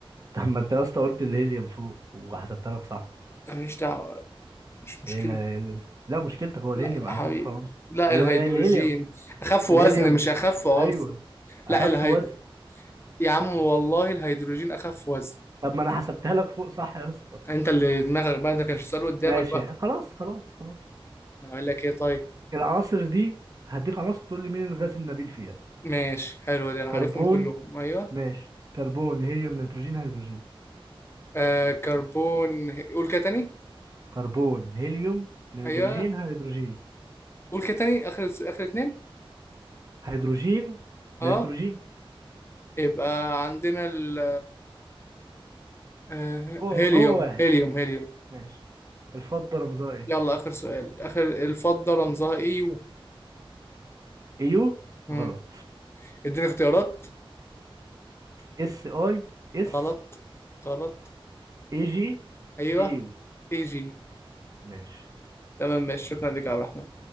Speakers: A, on the right; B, on the left.
A: طب ما انت يا اسطى قلت الهيليوم فوق وحسبتها لك صح
B: أنا مش دعوة مش مشكلة
A: ايه ال- ال- لا مشكلتك هو الهيليوم
B: لا يا
A: اخف
B: حبيبي
A: خالص
B: لا
A: الهيليوم
B: الهيدروجين أخف وزن
A: الهيليوم
B: مش أخف عنصر
A: ايوه اخف
B: لا الهيد
A: وزن
B: يا عم والله الهيدروجين أخف وزن
A: طب ما انا حسبتها لك فوق صح يا اسطى
B: انت اللي دماغك بقى انت كانش سؤال قدامك
A: ماشي
B: بقى
A: خلاص خلاص خلاص
B: اقول لك ايه طيب
A: العناصر دي هديك عناصر تقول لي مين الغاز النبيل فيها
B: ماشي حلو ده انا عارفهم
A: كربون
B: كلهم ايوه
A: ماشي كربون هيليوم نيتروجين هيدروجين
B: آه كربون قول كده تاني
A: كربون هيليوم نيتروجين
B: ايوه
A: هيدروجين
B: قول كده تاني اخر اخر اتنين
A: هيدروجين
B: اه
A: نيتروجين
B: يبقى عندنا ال آه
A: هو
B: هيليوم
A: هو واحد
B: هيليوم هيليوم
A: ماشي الفضة رمزها ايه
B: يلا اخر سؤال اخر الفضة رمزها ايه يو
A: ايو
B: مم.
A: غلط
B: اديني اختيارات
A: اس اي اس
B: غلط غلط
A: اي جي
B: ايوه
A: ايو
B: اي جي
A: ماشي
B: تمام ماشي شكرا لك يا عبد الرحمن